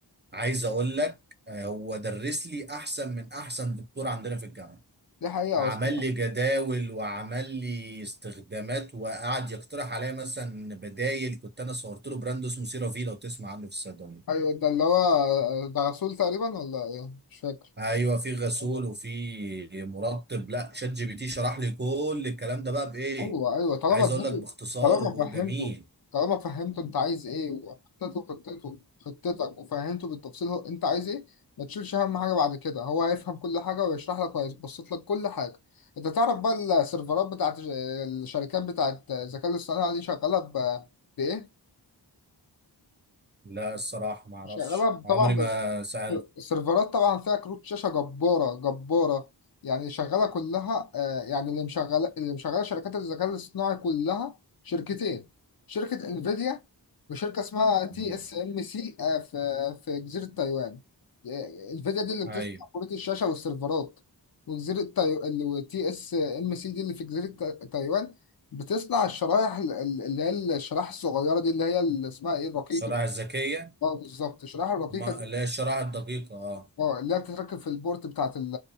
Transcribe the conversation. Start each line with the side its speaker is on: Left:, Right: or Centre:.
Right: عايز أقول لك آه، هو درس لي أحسن من أحسن دكتور عندنا في الجامعة
Left: دي حقيقة
Right: عمل
Left: أصلا
Right: لي جداول وعمل لي استخدامات وقعد يقترح عليا مثلا بدايل كنت انا صورت له براند اسمه سيرافي لو تسمع عنه في الصيدليه
Left: أيوة ده اللي هو ده رسول تقريبا ولا إيه؟ مش فاكر
Right: ايوه في غسول
Left: أيوة
Right: وفي مرطب لا شات جي بي تي شرح لي كل الكلام ده بقى بايه
Left: أيوة أيوة طالما
Right: عايز
Left: اديته
Right: اقول لك باختصار
Left: طالما
Right: وجميل
Left: فهمته طالما فهمته أنت عايز إيه وحطيت له خطته خطتك وفهمته بالتفصيل هو أنت عايز إيه ما تشيلش أهم حاجة بعد كده هو هيفهم كل حاجة ويشرح لك وهيبسط لك كل حاجة أنت تعرف بقى السيرفرات بتاعت ج- الشركات بتاعت الذكاء الاصطناعي دي شغالة ب- بإيه؟
Right: لا الصراحه ما اعرفش
Left: شغالة
Right: عمري
Left: طبعا
Right: ما سالت
Left: السيرفرات طبعا فيها كروت شاشه جباره جباره يعني شغاله كلها آه، يعني اللي مشغله اللي مشغله شركات الذكاء الاصطناعي كلها شركتين شركه انفيديا وشركه اسمها تي
Right: مم.
Left: اس ام سي في في جزيره تايوان آه، انفيديا دي اللي بتصنع
Right: ايوه
Left: كروت الشاشه والسيرفرات وجزيره تايوان تي اس ام سي دي اللي في جزيره تا- تايوان بتصنع الشرايح ال- ال- اللي هي الشرايح الصغيره دي اللي هي اللي اسمها ايه الرقيقه
Right: الشرائح الذكيه
Left: اه بالظبط الشرايح الرقيقه
Right: ما
Left: دي
Right: لا الشرائح الدقيقه اه
Left: اه اللي هي بتتركب في البورت بتاعت ال